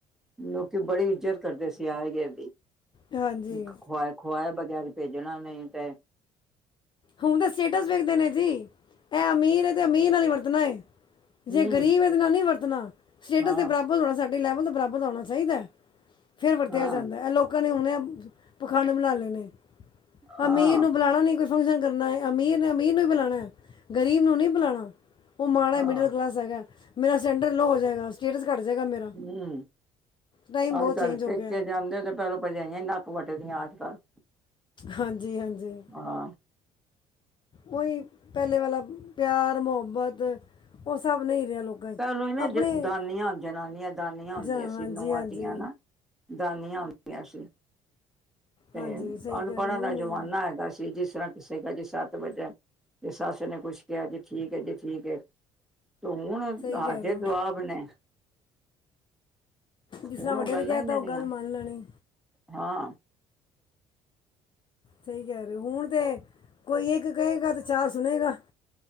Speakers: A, in the centre; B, on the left (about 30°).
A: ਲੋਕੀ ਬੜੀ ਇੱਜਤ ਕਰਦੇ ਸੀ, ਆਏ ਗਏ ਦੀ
B: ਹਾਂਜੀ
A: ਖ ਖੋਵਾਏ ਬਗੈਰ ਭੇਜਣਾ ਨਹੀਂ ਤੇ
B: ਹੁਣ ਤਾਂ ਸਟੇਟਸ ਵੇਖਦੇ ਨੇ ਜੀ, ਇਹ ਅਮੀਰ ਹੈ, ਤੇ ਅਮੀਰ ਨਾਲ ਹੀ ਵਰਤਣਾ ਹੈ
A: ਹੂੰ
B: ਜੇ ਗਰੀਬ ਹੈ, ਤਾਂ ਨਾਲ ਨਹੀਂ ਵਰਤਣਾ ਸਟੇਟਸ
A: ਹਾਂ
B: ਦੇ ਬਰਾਬਦ ਹੋਣਾ, ਸਾਡੇ ਲੈਵਲ ਦੇ ਬਰਾਬਰ ਹੋਣਾ ਚਾਹੀਦਾ ਫਿਰ ਵਰਤਿਆ
A: ਹਾਂ
B: ਜਾਂਦਾ ਹੈ, ਲੋਕਾਂ ਨੇ, ਹੁਣ ਏ ਪਖਾਡ ਬਣਾ ਲੈਣੇ
A: ਹਾਂ
B: ਅਮੀਰ ਨੂੰ ਬੁਲਾਣਾ ਨਹੀ, ਕੋਈ ਫੰਕਸ਼ਨ ਕਰਨਾ ਹੈ, ਅਮੀਰ ਨੇ ਅਮੀਰ ਨੂੰ ਹੀ ਬੁਲਾਉਣਾ, ਗ਼ਰੀਬ ਨੂੰ ਨਹੀਂ ਬੁਲਾਣਾ ਉਹ ਮਾੜਾ ਹੀ
A: ਹਾਂ
B: ਮਿਡਲ ਕਲਾਸ ਹੈਗਾ, ਮੇਰਾ ਸਟੈਂਡਰ ਲੋਅ ਹੋ ਜਾਏਗਾ, ਸਟੇਟਸ ਘੱਟ ਜਾਏਗਾ, ਮੇਰਾ
A: ਹਮ,
B: ਟਾਈਮ
A: ਅੱਜ
B: ਬਹੁਤ
A: ਕਲ
B: ਚੇਂਜ
A: ਪੇਕੇ
B: ਹੋ ਗਿਆ ਹੈ
A: ਜਾਂਦੇ ਤੇ ਪਹਿਲੋਂ, ਭਰਜਾਈਆਂ ਨੱਕ ਵੱਢੇ ਦੀਆਂ ਅੱਜ ਕੱਲ੍ਹ
B: ਹਾਂਜੀ-ਹਾਂਜੀ
A: ਹਾਂ
B: ਓਹੀ, ਪਹਿਲੇੇ ਵਾਲਾ ਪਿਆਰ ਮੁਹੱਬਤ ਉਹ ਸਭ ਨਹੀਂ ਰਿਹਾ ਲੋਕਾਂ ਚ,
A: ਪਹਿਲੋਂ ਹੀ ਨਾ
B: ਆਪਣੇ
A: ਦਾਨੀਆਂ ਜਨਾਨੀਆਂ ਦਾਨੀਆਂ ਹੁੰਦੀਆਂ
B: ਜਾਂ
A: ਸੀ
B: ਹਾਂਜੀ
A: ਨੂੰਹਾਂ
B: ਹਾਂ ਜੀ
A: ਧੀਆਂ ਨਾ ਦਾਨੀਆਂ ਹੁੰਦੀਆਂ ਸੀ ਤੇ
B: ਹਾਂਜੀ ਸਹੀ
A: ਅਨਪੜ੍ਹਾਂ
B: ਕਹਿ ਰਹੇ ਹੋ, ਹੁਣ
A: ਦਾ ਜ਼ਮਾਨਾ
B: ਨਹੀਂ
A: ਹੈਗਾ ਸੀ, ਜਿਸ ਤਰ੍ਹਾਂ ਅਸੀ ਕਿਹਾ ਜੀ, ਸਤਿ ਬਚਨ, ਤੇ ਸੱਸ ਨੇ ਕੁਛ ਕਿਹਾ ਜੀ, ਠੀਕ ਹੈ, ਜੀ ਠੀਕ ਹੈ। ਤੇ ਹੁਣ ਹਾਜ਼ਰ
B: ਸਹੀ ਕਹਿ ਰਹੇ ਹੋ
A: ਜੁਵਾਬ ਨੇ।
B: ਜਿਸ
A: ਹੁਣ
B: ਤਰ੍ਹਾਂ ਵੱਡੇ
A: ਉਹ ਗੱਲਾਂ
B: ਨੇ ਕਿਹਾ,
A: ਹੀ
B: ਤਾ ਉਹ
A: ਰਹੀਆਂ
B: ਗੱਲ ਮੰਨ ਲੈਣੀ।
A: ਹਾਂ।
B: ਸਹੀ ਕਹਿ ਰਹੇ ਹੋ, ਹੁਣ ਤੇ, ਕੋਈ ਇੱਕ ਕਹੇਗਾ ਤੇ ਚਾਰ ਸੁਣੇਗਾ।